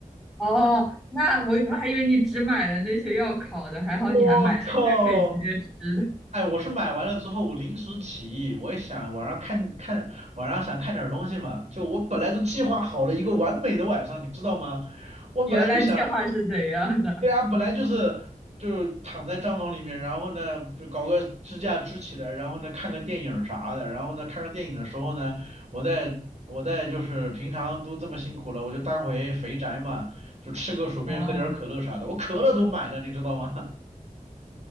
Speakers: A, in the centre; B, on the right.
A: 哦，那我我还以为你只买了那些要烤的，还好你还买了一些可以直接吃的。
B: 我靠！
A: <laughs>
B: 哎，我是买完了之后，我临时起意，我也想晚上看看，晚上想看点儿东西嘛。就我本来都计划好了一个完美的晚上，你知道吗？我本来就想。
A: 原来计划是怎样的？
B: 对啊，本来就是就躺在帐篷里面，然后呢不搞个支架支起来，然后呢看个电影儿啥的，然后呢看个电影的时候呢，我在我在就是平常都这么辛苦了，我就当回肥宅嘛，就吃个薯片，
A: 哦，
B: 喝点儿可乐啥的，我可乐都买了，你知道吗？